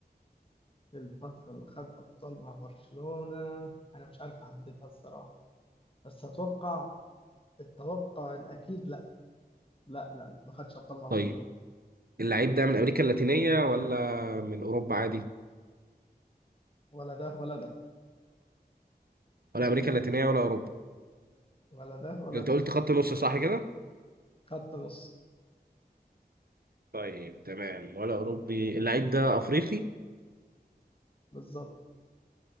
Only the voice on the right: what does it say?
طيب اللعيب ده من أمريكا اللاتينية ولا من أوروبا عادي
ولا أمريكا اللاتينية ولا أوروبا
أنت
قلت خط نص صح كده
طيب تمام ولا أوروبي اللعيب ده أفريقي